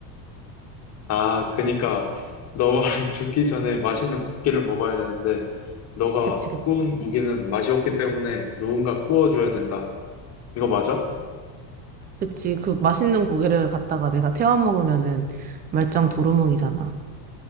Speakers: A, on the left; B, on the right.
A: 아, 그니까, 너 말은 <laughs> 죽기 전에 맛있는 고기를 먹어야 되는데, 너가
B: 그치, 그치.
A: 구운 고기는 맛이 없기 때문에 누군가 구워줘야 된다. 이거 맞아?
B: 그치. 그 맛있는 고기를 갖다가 내가 태워 먹으면은 말짱 도루묵이잖아.